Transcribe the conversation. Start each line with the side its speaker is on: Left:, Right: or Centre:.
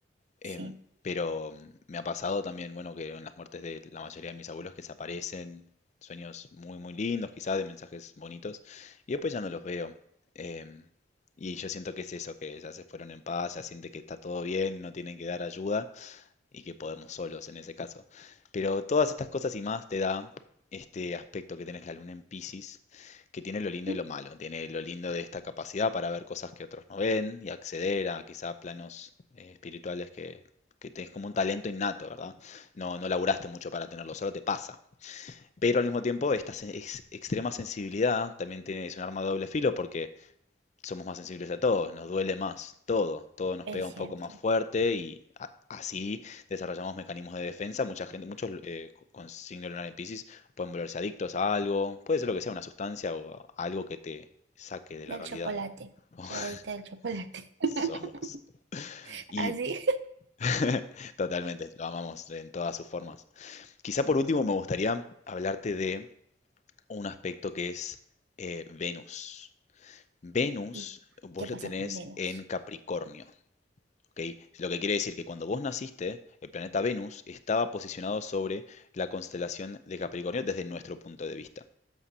Left: Em,
Right: Sí,
Left: pero mm, me ha pasado también, bueno, que en las muertes de la mayoría de mis abuelos que se aparecen sueños muy, muy lindos, quizás de mensajes bonitos, y después ya no los veo. Em, y yo siento que es eso, que ya se fueron en paz, ya siente que está todo bien, no tienen que dar ayuda y que podemos solos en ese caso. Pero todas estas cosas y más te da este aspecto que tenés la luna en Piscis, que tiene lo lindo
Right: ujú,
Left: y lo malo. Tiene lo lindo de esta capacidad para ver cosas que otros no ven y acceder a quizá planos eh, espirituales que, que tenés como un talento innato, ¿verdad? No, no laburaste mucho para tenerlo, solo te pasa. Pero al mismo tiempo, esta se- extrema sensibilidad también tiene, es un arma de doble filo porque somos más sensibles a todo, nos duele más todo, todo nos
Right: es
Left: pega un
Right: cierto.
Left: poco más fuerte y a- así desarrollamos mecanismos de defensa. Mucha gente, muchos eh, con signo lunar en Piscis pueden volverse adictos a algo, puede ser lo que sea, una sustancia o a- algo que te saque de
Right: Del
Left: la realidad.
Right: chocolate,
Left: <laughs>
Right: soy adicta del chocolate. <laughs>
Left: Somos. Y
Right: Así.
Left: <laughs> totalmente, lo amamos en todas sus formas. Quizá por último me gustaría hablarte de un aspecto que es eh, Venus. Venus,
Right: <laughs>
Left: vos
Right: qué pasa
Left: lo tenés
Right: con Venus,
Left: en Capricornio. ¿ok? Lo que quiere decir que cuando vos naciste, el planeta Venus estaba posicionado sobre la constelación de Capricornio desde nuestro punto de vista,